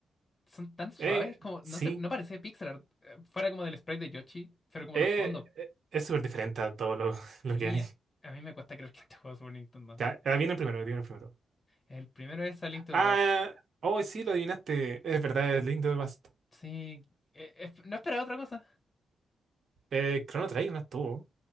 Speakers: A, on the left; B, on the right.
A: Son tan suaves,
B: eh,
A: es como. No
B: sí,
A: sé, no parece pixel art. eh, Fuera como del sprite de Yoshi, pero como
B: eh,
A: los fondos.
B: eh, es súper diferente a todo lo, <laughs> lo
A: Sí,
B: que hay.
A: a mí me cuesta creer que este juego es Super Nintendo.
B: Ya, ah, viene el primero, viene el primero.
A: El primero es A Link to
B: Ah,
A: the Past.
B: oh, sí, lo adivinaste. Es verdad, es Link de the Past.
A: Sí, eh, eh, no esperaba otra cosa.
B: Eh, Chrono Trigger no estuvo.